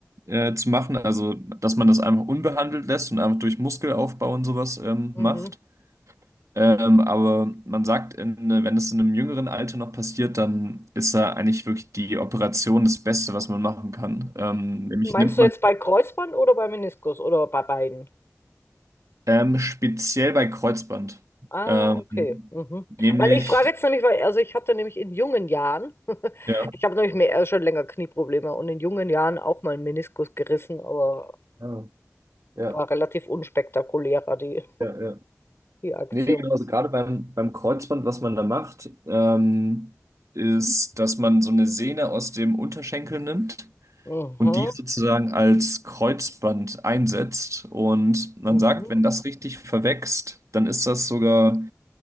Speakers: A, on the right; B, on the left.
A: äh, zu machen, also dass man das einfach unbehandelt lässt und einfach durch Muskelaufbau und sowas ähm,
B: Mhm.
A: macht. Ähm, aber man sagt, in, äh, wenn es in einem jüngeren Alter noch passiert, dann ist da eigentlich wirklich die Operation das Beste, was man machen kann. Ähm, nämlich
B: Meinst
A: nimmt
B: du
A: man
B: jetzt bei Kreuzband oder bei Meniskus oder bei beiden?
A: ähm, speziell bei Kreuzband.
B: Ah,
A: Ähm,
B: okay. Mhm.
A: nämlich,
B: Weil ich frage jetzt nämlich, weil, also ich hatte nämlich in jungen Jahren, <laughs>
A: ja.
B: ich habe nämlich mehr, äh, schon länger Knieprobleme und in jungen Jahren auch mal einen Meniskus gerissen, aber
A: Ah, ja,
B: war relativ unspektakulärer, die,
A: ja, ja.
B: die Aktion.
A: Nee, nee, genau, also gerade beim, beim Kreuzband, was man da macht, ähm, ist, dass man so eine Sehne aus dem Unterschenkel nimmt
B: Mhm.
A: und die sozusagen als Kreuzband einsetzt. Und man
B: Mhm.
A: sagt, wenn das richtig verwächst, dann ist das sogar